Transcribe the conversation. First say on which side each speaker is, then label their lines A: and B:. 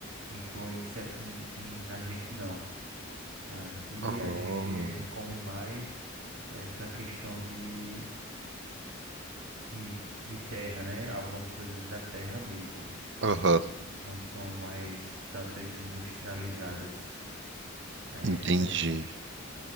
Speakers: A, on the right; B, on the right.
A: influência aqui em, na gente não. Aqui
B: Oh,
A: a gente come mais essa questão de e de terra, né? Algumas coisas da terra mesmo.
B: aham,
A: Não, não são mais tantas industrializadas. Aí
B: entendi.
A: é diferente.